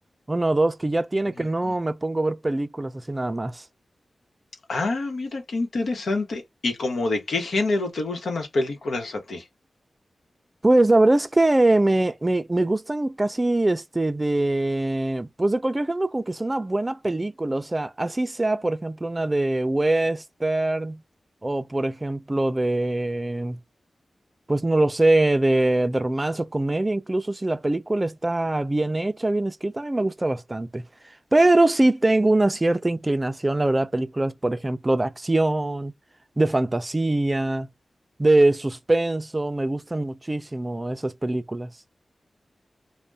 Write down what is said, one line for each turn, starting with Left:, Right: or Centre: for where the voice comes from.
Right: Uno o dos, que ya tiene
Left: Ujú.
Right: que no me pongo a ver películas así nada más.
Left: Ah, mira, qué interesante. ¿Y como de qué género te gustan las películas a ti?
Right: Pues la verdad es que me, me, me gustan casi este de, pues de cualquier género con que sea una buena película, o sea, así sea, por ejemplo, una de western o por ejemplo de Pues no lo sé, de, de romance o comedia, incluso si la película está bien hecha, bien escrita, a mí me gusta bastante. Pero sí tengo una cierta inclinación, la verdad, a películas, por ejemplo, de acción, de fantasía, de suspenso, me gustan muchísimo esas películas.